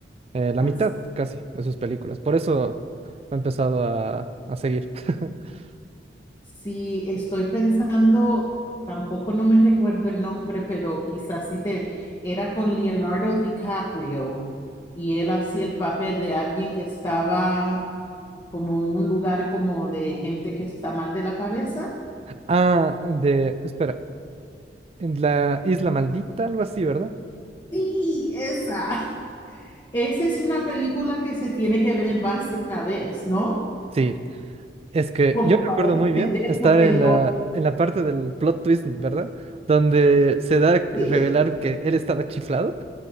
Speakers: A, on the right; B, on the left.
A: eh, la
B: Así,
A: mitad casi de sus películas. Por eso me he empezado a, a seguir. <laughs>
B: sí, estoy pensando, tampoco no me recuerdo el nombre, pero quizás sí te, era con Leonardo DiCaprio y él hacía el papel de alguien que estaba como en un lugar como de gente que está mal de la cabeza.
A: Ah, de, espera, en la Isla Maldita, algo así, ¿verdad?
B: Sí, esa. <laughs> Esa es una película que se tiene que ver más de una vez, ¿no?
A: Sí, Es que
B: Como
A: yo recuerdo
B: para entender,
A: muy bien estar
B: porque
A: en
B: lo,
A: la, en la parte del plot twist, ¿verdad? Donde se da a
B: <laughs>
A: revelar que él estaba chiflado,